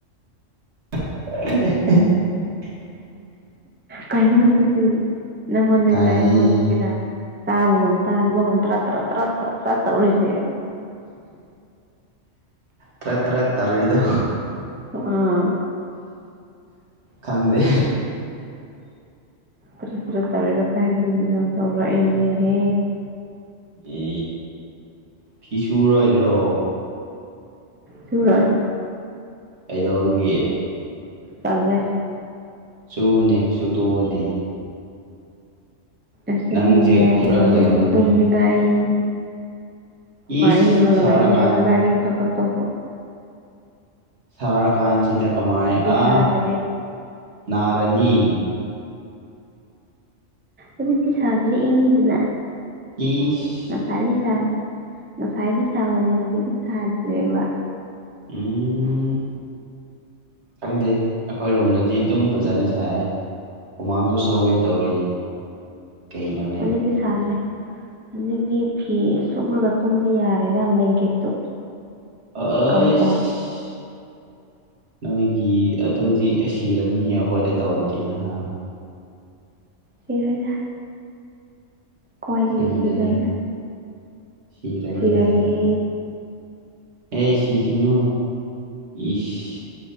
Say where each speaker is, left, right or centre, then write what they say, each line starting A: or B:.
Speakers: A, on the right; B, on the right.
A: <unintelligible>
B: ꯀꯩꯅꯣꯗꯨꯗꯤ ꯅꯪꯉꯣꯟꯗꯗꯒꯤꯔ
A: ꯇꯥꯏꯌꯦ
B: ꯏꯉꯣꯟꯗꯒꯔ ꯇꯥꯕꯕ ꯇ ꯑꯗꯨꯕ ꯇ꯭ꯔꯠꯇ ꯇꯧꯔꯤꯁꯦ
A: ꯇ꯭ꯔꯠ ꯇ꯭ꯔꯠ ꯇꯧꯔꯤꯗꯣ
B: ꯑꯥ
A: ꯈꯪꯗꯦ
B: ꯇꯔ ꯇꯔꯥ ꯇꯧꯔꯤꯔ ꯀꯥꯏꯗꯒꯤꯅꯣ ꯇꯧꯔꯛꯏꯅꯦꯍꯦ
A: ꯑꯦ ꯐꯤꯁꯨꯨꯔꯣꯏꯗ꯭ꯔꯣ
B: ꯆꯨꯔ
A: ꯀꯩꯗꯧꯕꯒꯤ
B: ꯆꯜꯂꯦ
A: ꯆꯨꯅꯤ ꯆꯨꯇꯣꯛꯑꯅꯤ
B: ꯑꯁꯤꯟꯅꯤꯡꯗꯦ
A: ꯅꯪꯁꯦ ꯍꯤꯞꯂꯒ
B: ꯍꯧꯖꯤꯛꯇꯤ
A: ꯂꯩꯔꯝꯒꯅꯤ
B: ꯇꯨꯝꯅꯤꯡꯉꯥꯏ ꯑꯩ
A: ꯏꯁ
B: ꯑꯣ ꯍꯕꯔꯒꯂ
A: ꯁꯥꯔꯀꯥꯟ
B: ꯌꯦ ꯉ ꯔꯤꯒꯤ ꯇꯝꯛ ꯇ
A: ꯁꯥꯔꯀꯥꯟꯁꯤꯗ ꯀꯃꯥꯏ ꯑ
B: ꯁꯥꯗ꯭ꯔꯦ
A: ꯅꯥꯔꯅꯤ
B: ꯑꯗꯨꯗꯤ ꯁꯥꯗ꯭꯭ꯔꯦ ꯏꯪꯒꯤꯗꯅ
A: ꯏꯁ
B: ꯉꯁꯥꯏꯗꯤ ꯁꯥꯕ ꯉꯁꯥꯏꯗꯤ ꯁꯥꯕꯅꯦ ꯍꯧꯖꯤꯛꯗꯤ ꯁꯥꯗ꯭꯭ꯔꯔꯤꯕ
A: ꯎꯝ ꯈꯪꯗꯦ ꯑꯩꯈꯣꯏꯔꯣꯝꯗꯗꯤ ꯑꯗꯨꯝ ꯐꯖꯅ ꯁꯥꯏ ꯍꯨꯃꯥꯡꯁꯨ ꯁꯧꯒꯦ ꯇꯧꯔꯤ ꯀꯩꯅꯣꯅꯦ
B: ꯑꯗꯗꯤꯁꯗ꯭ꯔꯦ ꯑꯗꯨꯗꯤ ꯐꯤ ꯁꯨꯞꯂꯒ ꯇꯨꯝꯕ ꯌꯥꯔꯦꯗ ꯕꯦꯡꯀꯦꯠꯇꯣ
A: ꯑꯩꯁ
B: ꯀꯝꯄ
A: ꯅꯣꯏꯒꯤ ꯑꯗꯨꯗꯤ ꯁꯤꯔꯅꯤꯍꯦ ꯑꯩꯈꯣꯏꯗ ꯇꯧꯔꯗꯤ ꯑꯍꯥ
B: ꯀꯔꯣꯏꯗꯅ ꯀꯣꯏꯗꯒꯤꯗꯒꯤ
A: ꯑꯁꯦꯡꯕꯅꯦ
B: ꯁꯤꯗꯣꯏ ꯑꯣꯏꯅ
A: ꯁꯤꯔꯅꯤꯍꯦ
B: ꯐꯔꯅꯤ
A: ꯑꯦ ꯁꯤꯈꯤꯅꯨ ꯏꯁ